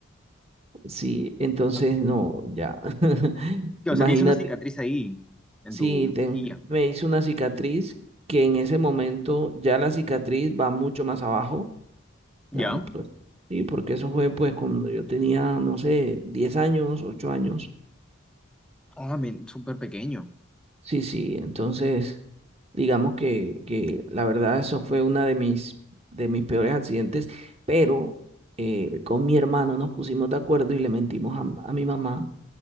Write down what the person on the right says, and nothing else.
Sí, entonces
no, ya. <laughs>
Imagínate,
sí,
te- me hice una cicatriz que en ese momento ya la cicatriz va mucho más abajo.
ya, pues, sí, porque eso fue pues cuando yo tenía, no sé, 10 años, 8 años.
Sí, sí, entonces digamos que, que la verdad eso fue una de mis, de mis peores accidentes, pero eh, con mi hermano nos pusimos de acuerdo y le mentimos a a mi mamá